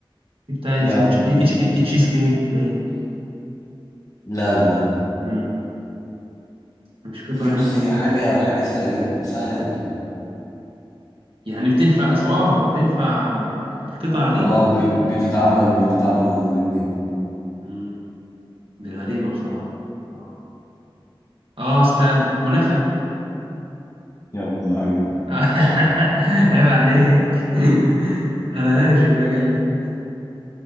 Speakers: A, on the right; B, on the left.
A: في بتاع
B: لا
A: اسمه
B: لا مش دي.
A: تشيز كيك باين
B: لا لا لا
A: مم، مش قطع
B: هي بص
A: يعني
B: هي حاجة حاجة سهلة جدا سهلة قوي
A: يعني بتنفع صوابع وتنفع القطع دي
B: اه ب-
A: مم،
B: بتتعمل بتتعمل الاتنين
A: مم، دي غريبة بصراحة اه آه، استنى كنافة
B: يا ابن اللعيبة
A: <laughs>
B: <laughs>
A: عيب عليك <laughs> انا هارش المجال ده